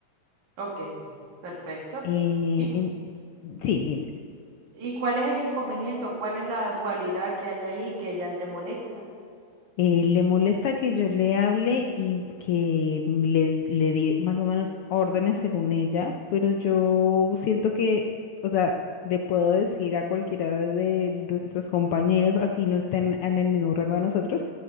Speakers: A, on the right; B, on the left.
A: ok, perfecto.
B: Eh,
A: ¿Y,
B: en- Sí, dime.
A: y cuál es el inconveniente o cuál es la dualidad que hay ahí que ella le molesta?
B: eh, le molesta que yo le hable y que le, le di más o menos órdenes según ella, pero yo siento que, o sea, le puedo decir a cualquiera de nuestros compañeros, así no estén en el mismo rango de nosotros,